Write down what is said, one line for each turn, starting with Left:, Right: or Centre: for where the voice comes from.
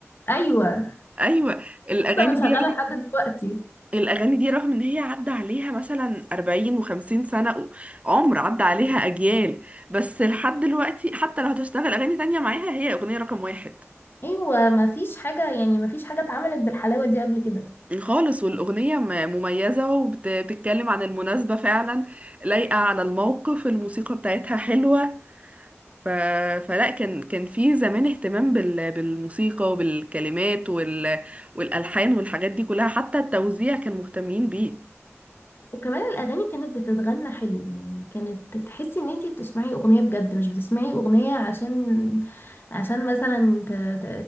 Left: أيوة
Right: أيوة الأغاني
Left: لسه بنشغلها
Right: دي
Left: لحد دلوقتي
Right: الأغاني دي رغم إن هي عدى عليها مثلا 40 و50 سنة عمر عدى عليها أجيال بس لحد دلوقتي حتى لو هتشتغل أغاني تانية معاها هي أغنية رقم واحد
Left: ايوه ما فيش حاجه يعني ما فيش حاجه اتعملت بالحلاوه دي قبل كده
Right: خالص والأغنية م- مميزة وبتتكلم عن المناسبة فعلا لايقة على الموقف الموسيقى بتاعتها حلوة ف... فلا كان كان في زمان اهتمام بال... بالموسيقى وبالكلمات وال... والألحان والحاجات دي كلها حتى التوزيع كان مهتمين بيه
Left: وكمان الاغاني كانت بتتغنى حلو يعني كانت تحسي ان انتي بتسمعي اغنيه بجد مش بتسمعي اغنيه عشان عشان مثلا ت... ت...